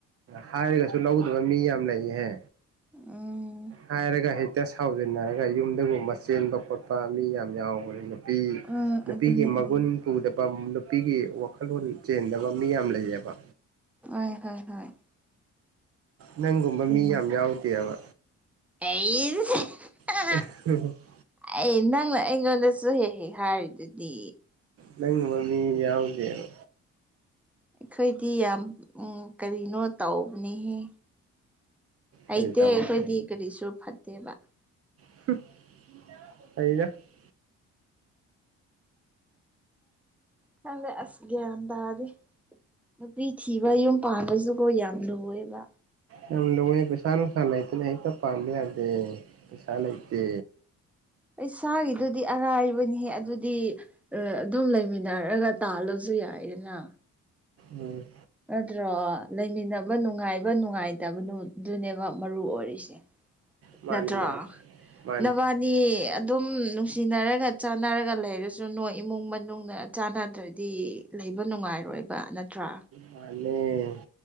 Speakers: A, on the right; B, in the centre.
A: ꯍꯥꯏꯔꯒꯁꯨ ꯂꯧꯗꯕ ꯃꯤ ꯌꯥꯝ ꯂꯩꯍꯦ
B: ꯎꯝ
A: ꯍꯥꯏꯔꯒ ꯍꯦꯛꯇ ꯁꯥꯎꯖꯤꯟꯅꯔꯒ ꯌꯨꯝꯗꯒꯨꯝꯕ ꯆꯦꯟꯕ ꯈꯣꯠꯄ ꯃꯤ ꯌꯥꯝ ꯌꯥꯎꯕꯅꯤꯅꯦ ꯕꯤ
B: ꯑ
A: ꯅꯨꯄꯤꯒꯤ
B: ꯑꯗꯨꯅꯦ ꯑꯗꯨꯅꯦ
A: ꯃꯒꯨꯟ ꯄꯨꯗꯕ ꯅꯨꯄꯤꯒꯤ ꯋꯥꯈꯜꯂꯣꯟ ꯆꯦꯟꯗꯕ ꯃꯤ ꯌꯥꯝ ꯂꯩꯌꯦꯕ
B: ꯍꯣꯢ ꯍꯣꯏ ꯍꯣꯏ
A: ꯅꯪꯒꯨꯝꯕ
B: ꯑꯗꯨꯃꯥꯏ
A: ꯃꯤ ꯌꯥꯝ ꯌꯥꯎꯗꯦꯕ
B: ꯑꯩꯁ <unintelligible>
A: <unintelligible>
B: ꯑꯩ ꯅꯪꯅ ꯑꯩꯉꯣꯟꯗꯁꯨ ꯍꯦꯛ ꯍꯦꯛ ꯍꯥꯏꯔꯤꯗꯨꯗꯤ
A: ꯅꯪꯒꯨꯝꯕ ꯃꯤ ꯌꯥꯎꯗꯦꯕ
B: ꯑꯩꯈꯣꯏꯗꯤ ꯌꯥꯝ ꯎꯝ ꯀꯔꯤꯅꯣ ꯇꯧꯕꯅꯤꯍꯦ ꯍꯩꯇꯦ
A: ꯀꯔꯤ ꯇꯧꯕ
B: ꯑꯩꯈꯣꯏꯗꯤ ꯀꯔꯤꯁꯨ ꯐꯠꯇꯦꯕ
A: <unintelligible> ꯐꯩꯗ <unintelligible> <inaudible>
B: ꯈꯪꯗꯦ ꯑꯁ ꯒ꯭ꯌꯥꯟ ꯇꯥꯗꯦ ꯅꯨꯄꯤ ꯊꯤꯕ ꯌꯨꯝ ꯄꯥꯟꯕꯁꯨꯀꯣ ꯌꯥꯝ ꯂꯨꯋꯦꯕ
A: ꯌꯥꯝ ꯂꯨꯋꯦ ꯄꯩꯁꯥ ꯅꯨꯡꯁꯥ ꯂꯩꯥꯇꯅ ꯍꯦꯛꯇ ꯄꯥꯟꯕ ꯌꯥꯗꯦ ꯄꯩꯁꯥ ꯂꯩꯇꯦ
B: ꯄꯩꯁꯥꯒꯤꯗꯨꯗꯤ ꯑꯔꯥꯏꯕꯅꯤꯍꯦ ꯑꯗꯨꯗꯤ ꯑꯗꯨꯝ ꯂꯩꯃꯤꯟꯅꯔꯒ ꯇꯥꯜꯂꯁꯨ ꯌꯥꯏꯗꯅ
A: ꯎꯝ
B: ꯅꯠꯇ꯭ꯔꯣ ꯂꯩꯃꯤꯟꯅꯕ ꯅꯨꯡꯉꯥꯏꯕ ꯅꯨꯡꯉꯥꯏꯇꯞꯗꯨ ꯗꯨꯅꯦꯕ ꯃꯔꯨ ꯑꯣꯏꯔꯤꯁꯦ
A: ꯃꯥꯅꯦ
B: ꯅꯠꯇ꯭ꯔꫭ
A: ꯃꯥꯅꯦ ꯃꯥꯅꯦ
B: ꯅꯕꯥꯟ ꯅꯤ ꯑꯗꯨꯝ ꯅꯨꯡꯁꯤꯅꯔꯒ ꯆꯥꯟꯅꯔꯒ ꯂꯩꯔꯁꯨ ꯅꯣꯏ ꯏꯃꯨꯡ ꯃꯅꯨꯡꯅ ꯆꯥꯟꯅꯗ꯭ꯔꯗꯤ ꯂꯩꯕ ꯅꯨꯡꯉꯥꯏꯔꯣꯏꯕ ꯅꯠꯇ꯭ꯔ
A: ꯃꯥꯟꯅꯦ